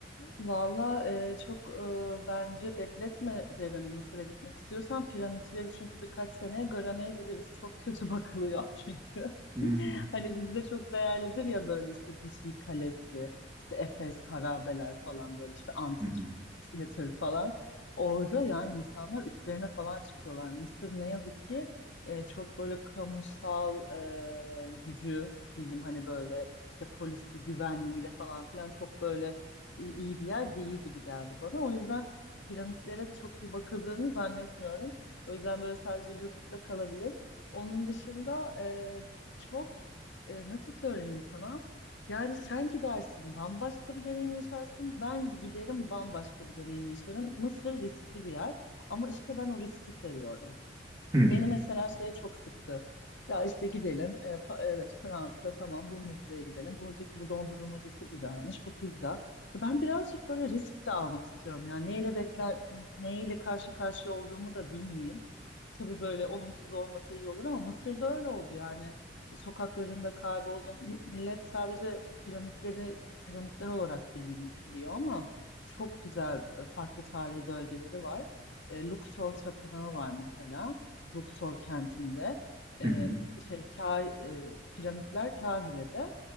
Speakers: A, on the left; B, on the right.
A: Valla e, çok e, bence bekletme derim Mısır'a gitmek istiyorsan. Piramitleri çünkü birkaç sene göremeyebiliriz. Çok kötü bakılıyor <laughs> çünkü.
B: Hmm.
A: Hani bizde çok değerlidir ya böyle işte bir şey kalesi, işte Efes harabeler falan böyle işte antik
B: Hı hı.
A: tiyatro falan. Orada yani insanlar üstlerine falan çıkıyorlar. Mısır ne yazık ki e, çok böyle kamusal e, gücü diyeyim hani böyle işte polisi güvenliğiyle falan filan çok böyle iyi iyi bir yer değil gibi geldi bana. O yüzden piramitlere de çok iyi bakıldığını zannetmiyorum. O yüzden böyle sadece YouTube'da kalabilir. Onun dışında e, çok e, nasıl söyleyeyim sana? Yani sen gidersin bambaşka bir deneyim yaşarsın. Ben giderim bambaşka bir deneyim yaşarım. Mısır riskli bir yer ama işte ben o riski seviyorum.
B: Hı hı.
A: Beni mesela şey çok sıktı. Ya işte gidelim. e, pa- evet Fransa tamam bu müzeye gidelim. Buradaki bu dondurmacısı güzelmiş. Bu pizza. Ben birazcık böyle risk de almak istiyorum. Yani neyle bekler, neyle karşı karşıya olduğumu da bilmeyeyim. Tabii böyle olumsuz olmasa iyi olur ama Mısır'da öyle oldu yani. Sokaklarında kayboldum. Mi- millet sadece piramitleri piramitler olarak bilin- biliyor ama çok güzel e, farklı tarihi bölgeleri var. E, Luxor Tapınağı var mesela. Luxor kentinde. E,
B: Hı hı.
A: şey Ka e, piramitler Kahire'de.